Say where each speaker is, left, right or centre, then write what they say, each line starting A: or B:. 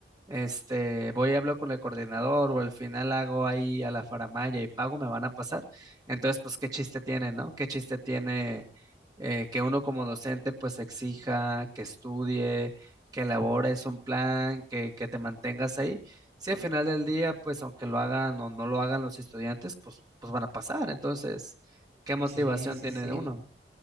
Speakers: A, on the right (about 20°); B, on the right (about 60°).
A: Este, voy y hablo con el coordinador o al final hago ahí a la faramalla y pago, me van a pasar. Entonces, pues, ¿qué chiste tiene, no? ¿Qué chiste tiene eh, que uno como docente pues exija que estudie, que elabores un plan, que, que te mantengas ahí? Si al final del día, pues, aunque lo hagan o no lo hagan los estudiantes, pues, pues van a pasar. Entonces, ¿qué motivación
B: Sí, sí,
A: tiene
B: sí.
A: uno?